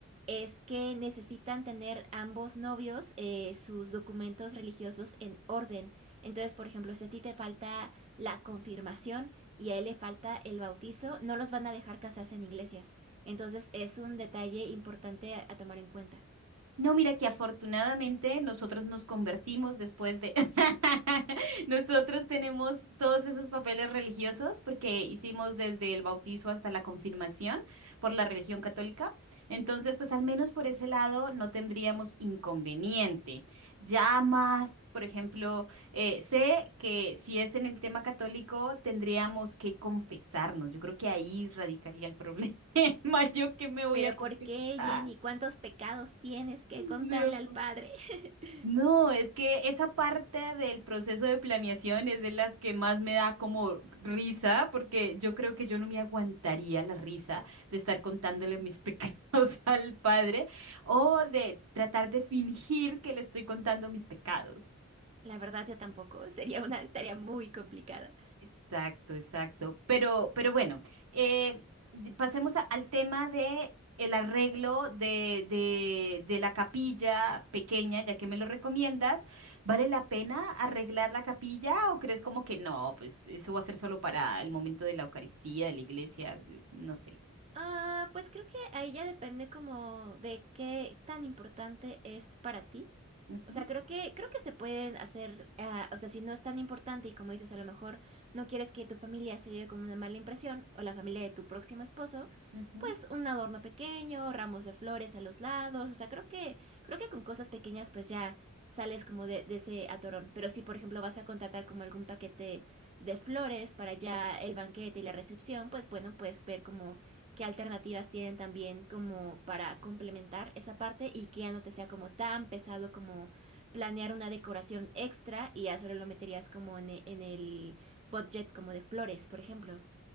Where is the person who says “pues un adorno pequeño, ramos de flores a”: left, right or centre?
Right